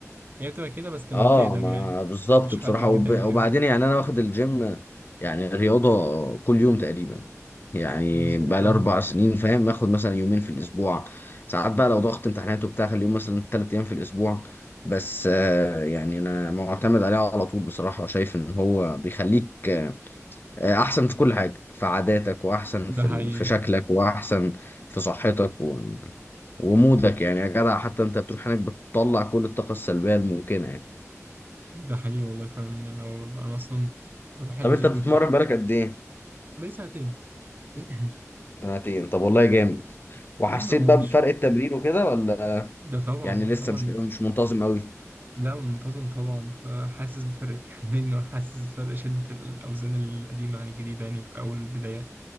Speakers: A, on the right; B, on the left.
A: هي بتبقى كده بس لما
B: اه
A: بتقدم
B: ما
A: يعني
B: بالظبط
A: مش
B: بصراحة
A: حد جديد
B: وب...
A: يعمل كده
B: وبعدين يعني انا واخد الجيم يعني رياضة كل يوم تقريبا يعني
A: بالظبط
B: بقى
A: اه
B: لي اربع سنين فاهم اخد مثلا يومين في الاسبوع ساعات بقى لو ضغط امتحانات وبتاع خلي يوم مثلا ثلاث ايام في الاسبوع بس آه يعني انا معتمد عليه على طول بصراحة شايف ان هو بيخليك آه، احسن في كل حاجة في عاداتك واحسن
A: ده
B: في
A: حقيقي
B: ال... في شكلك واحسن في صحتك و... ومودك يعني يا جدع حتى انت بتروح هناك بتطلع كل الطاقة السلبية الممكنة يعني.
A: ده حقيقي والله فعلا يعني هو بقى انا اصلا بروح الجيم
B: طب انت بتتمرن
A: كده
B: بقالك قد ايه؟
A: بقالي سنتين <clears throat>
B: سنتين طب والله جامد وحسيت
A: أما هو
B: بقى
A: مش
B: بفرق التمرين وكده ولا
A: ده طبعا
B: يعني لسه
A: طبعا
B: مش مش منتظم قوي
A: لا منتظم طبعا فحاسس بفرق التمرين <laughs> وحاسس بفرق شدة الأوزان القديمة عن الجديدة يعني في أول البداية